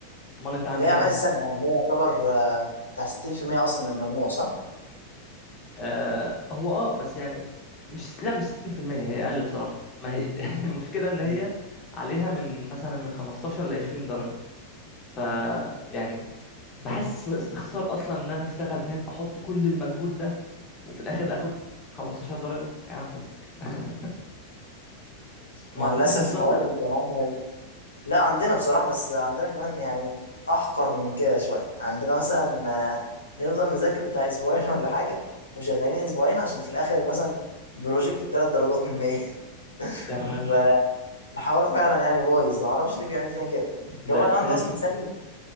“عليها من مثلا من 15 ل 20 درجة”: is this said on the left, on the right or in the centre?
Left